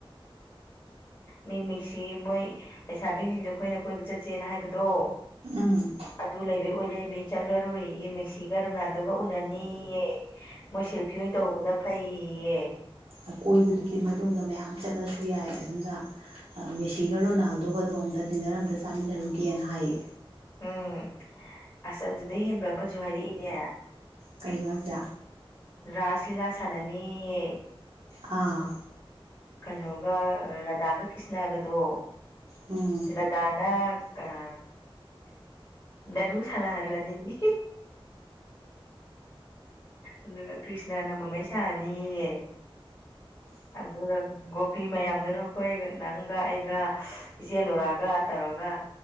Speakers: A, on the left (about 30°); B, on the right (about 85°).
A: ꯃꯤ ꯃꯤꯛꯁꯤ ꯃꯣꯏ ꯂꯩꯁꯥꯕꯤꯁꯤꯡꯁ ꯑꯩꯈꯣꯏꯅ ꯀꯣꯏꯕ ꯆꯠꯁꯦꯅ ꯍꯥꯏꯕꯗꯣ
B: ꯎꯝ
A: ꯑꯗꯨ ꯂꯩꯕꯩ ꯑꯣꯏ ꯂꯩꯔꯝꯃꯦ ꯆꯠꯂꯔꯣꯏꯌꯦ ꯃꯦꯛꯁꯤꯒ ꯔꯣꯅꯥꯜꯗꯣꯒ ꯎꯅꯅꯤꯌꯦ ꯃꯣꯏ ꯁꯦꯜꯐꯤ ꯑꯣꯏꯅ ꯇꯧꯍꯧꯕꯅ ꯐꯩꯌꯦꯌꯦ
B: ꯑꯀꯣꯏꯕꯗꯨꯒꯤ ꯃꯇꯨꯡꯗ ꯃꯌꯥꯝ ꯆꯠꯂꯁꯨ ꯌꯥꯏ ꯑꯗꯨꯅ ꯃꯦꯁꯤꯒ ꯔꯣꯅꯥꯜꯗꯣꯒꯗꯣ ꯑꯝꯇ ꯗꯤꯟꯅꯔ ꯑꯝꯇ ꯆꯥꯃꯤꯟꯅꯔꯨꯒꯦꯅ ꯍꯥꯏꯌꯦ
A: ꯎꯝ ꯑꯁ ꯑꯗꯨꯗꯩ ꯍꯦꯟꯕ ꯑꯃꯁꯨ ꯍꯥꯏꯔꯛꯏꯅꯦ
B: ꯀꯩꯅꯣ ꯍꯥꯏꯖꯦ
A: ꯔꯥꯁ ꯂꯤꯂꯥ ꯁꯥꯟꯅꯅꯦꯌꯦ
B: ꯑꯥ
A: ꯀꯩꯅꯣꯒ ꯔꯥꯙꯥꯒ ꯀ꯭ꯔꯤꯁꯅꯒꯗꯣ
B: ꯎꯝ
A: ꯔꯗꯥꯅ ꯑꯥ ꯗꯅꯨ ꯁꯥꯟꯅꯍꯜꯂꯅꯤꯌꯦ ꯑꯗꯨꯅ ꯀ꯭ꯔꯤꯁꯅꯅ ꯃꯃꯩ ꯁꯥꯍꯟꯅꯤꯌꯦ ꯑꯗꯨꯒ ꯒꯣꯄꯤ ꯃꯌꯥꯝꯗꯨꯅ ꯑꯩꯈꯣꯏꯒ ꯅꯪꯒ ꯑꯩꯒ ꯏꯆꯦ ꯅꯨꯔꯒ ꯇꯧꯔꯒ